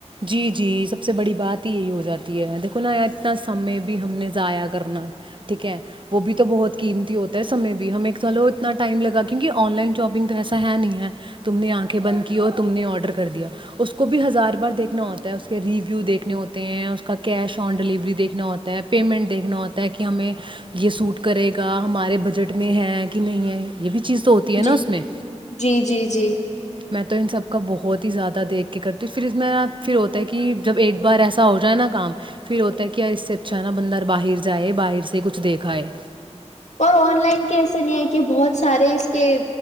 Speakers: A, on the right; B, on the left.
A: جی جی سب سے بڑی بات ہی یہی ہو جاتی ہے دیکھو نا اتنا سمے بھی ہم نے ضائع کرنا ٹھیک ہے وہ بھی تو بہت قیمتی ہوتا ہے سمے بھی ہمیں چ لو اتنا ٹائم لگا کیونکہ آن لائن شاپنگ تو ایسا ہے نہیں ہے تم نے آنکھیں بند کی اور تم نے آڈر کر دیا اس کو بھی ہزار بار دیکھ دیک ہوتا ہے ریویو دیکھنے ہوتے ہیں کا کیش آن ڈلیوری دیکھنا ہوتا ہے پیمنٹ دیکھنا ہوتا ہے کہ ہمیں یہ سوٹ کرے گا ہمارے بجٹ میں ہے کہ نہیں ہے یہ بھی چیز تو ہوتی ہے نا
B: جی
A: اس میں
B: جی جی جی
A: میں تو ان سب کا بہت ہی زیادہ دیکھ کے کرتی ہوں پھر اس میںپ پھر ہوتا ہے کہ جب ایک بار ایسا ہو جائے نا کام پھر ہوتا ہے کہ یار اس سے اچھا ہے نا بندر باہر جائے باہر سے کچھ دیکھاائے
B: اور آن لائن کے ایسے نہیں ہے کہ بہت سارے اس کے